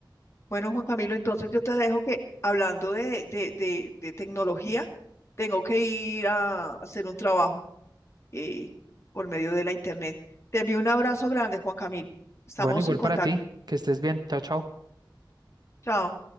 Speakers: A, on the left; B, on the right.
A: Bueno, Juan Camilo, entonces yo te dejo que hablando de, de, de de tecnología, tengo que ir a hacer un trabajo. eh, por medio de la internet. Te envío un abrazo grande, Juan Camilo. Estamos
B: Bueno, igual
A: en contacto.
B: para ti, que estés bien. Chao, chao.
A: Chao.